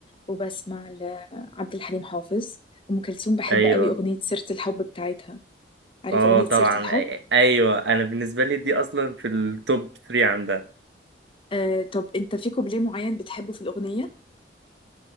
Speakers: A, on the left; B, on the right.
A: وبسمع لعبد الحليم حافظ ام كلثوم بحب
B: ايوه
A: قوي اغنية سيرة الحب بتاعتها عارف
B: اه
A: اغنية
B: طبعا
A: سيرة الحب
B: أي- ايوه انا بالنسبة لي دي اصلا في التوب 3 عندها
A: آه طب انت في كوبليه معين بتحبه في الاغنية